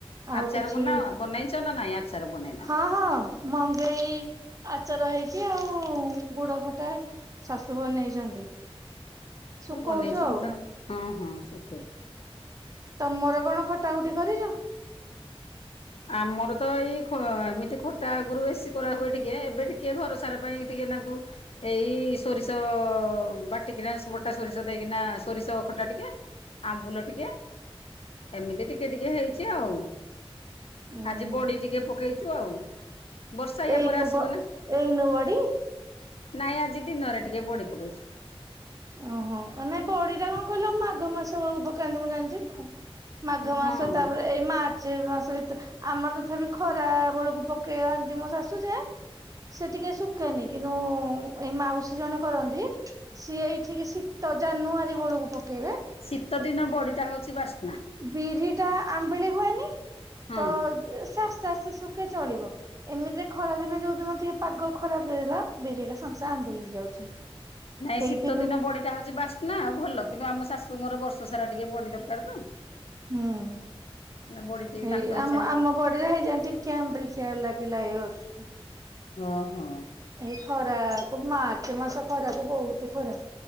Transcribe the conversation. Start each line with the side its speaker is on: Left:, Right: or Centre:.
Right: ଆଉ
Left: ଆଚାର
Right: କିଛି
Left: ବନାଅ ବନେଇଛ ନା ନାଇ ଆଚାର ବନେଇନ?
Right: ହଁ ହଁ ମଙ୍ଗେଇ ଆଚାର ହେଇଛି ଆଉ ଗୁଡ ଖଟା ଶାଶୁ ବନେଇଛନ୍ତି ଶୁ
Left: ହଉ ବନେଇଛନ୍ତି
Right: କଉଛୁ ଆଉ।
Left: ତ ହଁ ହଁ ସୁଖେ
Right: ତମର କଣ ଖଟା ଖଟି କରିଚ?
Left: ଆମର ତ ଏଇ ଏମିତି ଖଟା ଆଗରୁ ବେଶୀ କରାହୁଏ ଟିକେ ଏବେ ଟିକେ ଘର ସାରା ପାଇଁ ଟିକେ ନାଙ୍କୁ ଏଇ ସୋରିଷ ବାଟିକିନା ବଟା ସୋରିଷ ଦେଇକିନା ସୋରିଷ ଅ ଖଟା ଟିକେ
Right: ହ
Left: ଆମ୍ବୁଲ ଟିକେ ଏମିତି ଟିକେ ଟିକେ ହେଇଛି ଆଉ।
Right: ହୁଁ
Left: ଆଜି
Right: ହୁଁ
Left: ବଡି ଟିକେ ପକେଇଛୁ ଆଉ ବର୍ଷା ୟା
Right: ଏଇନୁ
Left: ପରେ ଆସିବ
Right: ବ
Left: ନା।
Right: ଏଇନୁ ବଡି?
Left: ନାଇଁ ଆଜି ଦିନରେ ଟିକେ ବଡ଼ି ପକେଇଛୁ।
Right: ଓହୋ ନାଇଁ ବଡି ଟା କଣ କହିଲ ଆଉ ମାଘ ମାସ ବେଳକୁ ପକେଇନ ମୁଁ ଜାଣିଛି ତ। ମାଘ ମାସ
Left: ହଁ।
Right: ତାପରେ ଏଇ ମା ର୍ଚ୍ଚ ସେ ମାସ ଭିତରେ ଆମର ତଥାପି ଖରା ବେଳକୁ ପକେଇନ୍ତି ମୋ ଶାଶୁ ଯେ ସେ ଟିକେ ଶୁଖେନି କିନ୍ତୁ ଏଇ ମାଉସୀ ଜଣେ କରନ୍ତି ସିଏ ଏଇ ଠିକି ଶୀତ ଜାନୁଆରୀ ବେଳକୁ ପକେଇବେ।
Left: ଶୀତ ଦିନ ବଡିଟା ହଉଛି ବାସ୍ନା।
Right: ବିରି ଟା ଆମ୍ବିଳି ହୁଏନି
Left: ହଁ।
Right: ତ ସେ ଆସ୍ତେ ଆସ୍ତେ ଶୁଖେ ଚଳିବ। ଏମିତିରେ ଖରା ଦିନ ଯୋଉ ଦିନ ଟିକେ ପାଗ ଖରାପ ଦେଇଦେଲା ବିରି ଇରା ସାଙ୍ଗେ ସାଙ୍ଗେ ଆମ୍ୱିଳି ହେଇଯାଉଛି।
Left: ନାଇଁ
Right: ହେଇଥି
Left: ଶୀତ
Right: ଯୋଉ
Left: ଦିନ ବଡିଟା ହଉଛି ବାସ୍ନା ଆଉ ଭଲ କିନ୍ତୁ ଆମ ଶାଶୁଙ୍କର ବର୍ଷ ସାରା ଟିକେ ବଡି ଦରକାର ତ।
Right: ହୁଁ
Left: ନା ବଡି ଟିକେ ତାଙ୍କ
Right: ଏଇ
Left: ଇଚ୍ଛା
Right: ଆମ
Left: ଅନୁ
Right: ଆମ ବଡିରେ ହେଇଯାଆନ୍ତି ଟେ ଟିକେ ଆମ୍ବିଲ ଚିଆ ଲାଗିଲା ଏଇ ବର୍ଷ।
Left: ଓହୋ।
Right: ଏ ଖରା କୁ ମାର୍ଚ୍ଚ ମାସ ଖରାକୁ ବହୁତ ଖରା।